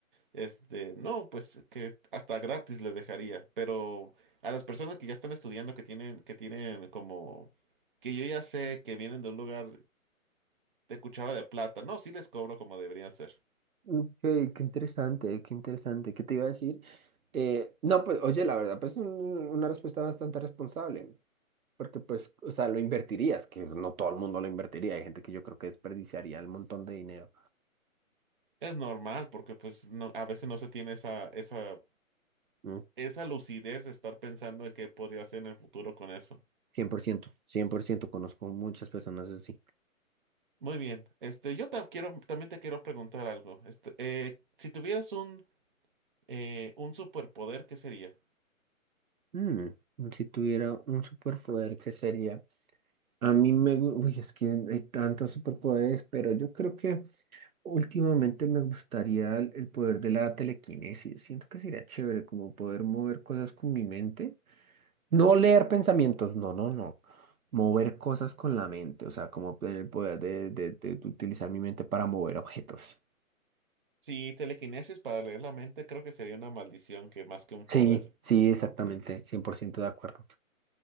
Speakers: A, on the right; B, on the right.
A: este, no, pues que hasta gratis les dejaría. Pero a las personas que ya están estudiando, que tienen, que tienen como, que yo ya sé que vienen de un lugar de cuchara de plata, no, sí les cobro como deberían ser.
B: Ok, qué interesante, qué interesante. ¿Qué te iba a decir? Eh, no, pues, oye, la verdad, pues un- una respuesta bastante responsable, porque pues, o sea, lo invertirías, que no todo el mundo lo invertiría. Hay gente que yo creo que desperdiciaría el montón de dinero.
A: Es normal, porque pues no, a veces no se tiene esa, esa,
B: Mm,
A: esa lucidez de estar pensando en qué podría hacer en el futuro con eso.
B: cien por ciento. cien por ciento, conozco muchas personas así.
A: Muy bien. Este, yo ta- quiero, también te quiero preguntar algo. Este, eh, si tuvieras un, eh, un superpoder, ¿qué sería?
B: Mm, si tuviera un superpoder, ¿qué sería? A mí me, gu- uy, es que hay tantos superpoderes, pero yo creo que Últimamente me gustaría el, el poder de la telequinesis. Siento que sería chévere como poder mover cosas con mi mente. No leer pensamientos, no, no, no. Mover cosas con la mente, o sea, como tener el poder de, de- de de utilizar mi mente para mover objetos.
A: Si telequinesis para leer la mente, creo que sería una maldición que más que un
B: Sí,
A: poder.
B: sí, exactamente, 100% de acuerdo.